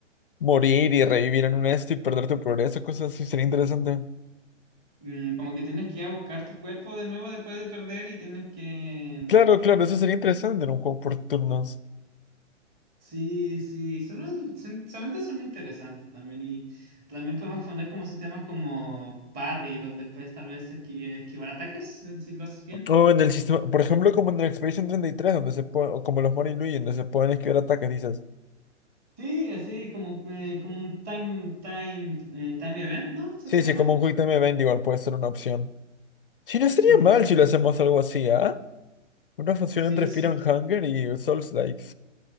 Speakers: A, on the left (about 50°); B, on the right (about 25°).
A: morir
B: El-
A: y revivir en un esto y perder tu progreso, cosas así, sería interesante.
B: mm, como que tienes que ir a buscar tu cuerpo de nuevo después de perder y tienes que...
A: Claro, claro, eso sería interesante en un juego por turnos.
B: Sí, sí, solo- son- solamente son interesantes también y también podemos poner como sistemas como parry, donde puedes tal vez esqui- esquivar ataques eh, si lo haces bien.
A: O en el sistema, por ejemplo, como en el Expedition 33, donde se puede, o como los Mario y Luigi, donde se pueden esquivar ataques, dices.
B: Sí, así como, eh, como un time, time, eh, time event, ¿no? Eso
A: Sí,
B: se
A: sí,
B: llama.
A: como un Quick Time Event igual puede ser una opción. Sí, no estaría
B: Sí,
A: mal si lo hacemos algo así, ¿ah? Una función
B: sí,
A: entre
B: es,
A: Fear and Hunger y Souls Likes.